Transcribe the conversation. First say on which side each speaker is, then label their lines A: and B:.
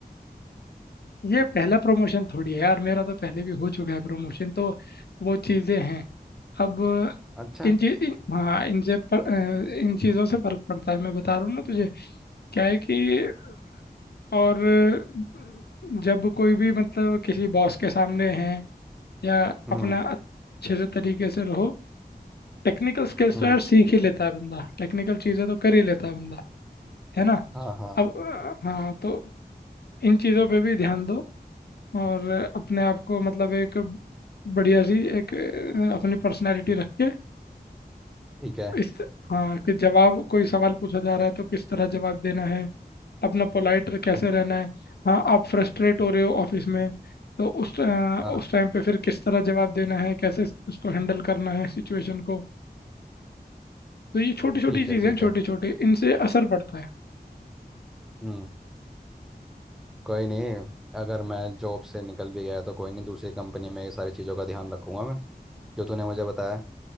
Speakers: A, on the left; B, in the centre.
A: ये पहला प्रमोशन थोड़ी है यार मेरा तो पहले भी हो चुका है प्रमोशन तो वो चीज़ें हैं अब
B: अच्छा
A: इन चीज इन, हाँ इनसे पर, अ, इन चीज़ों से फर्क पड़ता है मैं बता रहा हूँ ना तुझे क्या है कि और जब कोई भी मतलब किसी बॉस के सामने हैं या
B: हम्म
A: अपना अच्छे से तरीके से रहो टेक्निकल स्किल्स
B: हम्म
A: तो यार सीख ही लेता है बंदा टेक्निकल चीज़ें तो कर ही लेता है बंदा है ना
B: हाँ हाँ
A: अब अ, हाँ तो इन चीज़ों पे भी ध्यान दो और अपने आप को मतलब एक बढ़िया सी एक अ, अपनी पर्सनालिटी रख के
B: ठीक है
A: इस हाँ कि जवाब कोई सवाल पूछा जा रहा है तो किस तरह जवाब देना है अपना पोलाइट कैसे रहना है हाँ आप फ्रस्ट्रेट हो रहे हो ऑफिस में तो उस अ,
B: हाँ
A: उस टाइम पे फिर किस तरह जवाब देना है कैसे उसको हैंडल करना है सिचुएशन को तो ये छोटी छोटी
B: ठीक
A: चीज़ें
B: है ठीक
A: हैं
B: है
A: छोटी छोटी इनसे असर पड़ता है
B: हम्म कोई नहीं अगर मैं जॉब से निकल भी गया तो कोई नहीं दूसरी कंपनी में ये सारी चीज़ों का ध्यान रखूंगा मैं जो तूने मुझे बताया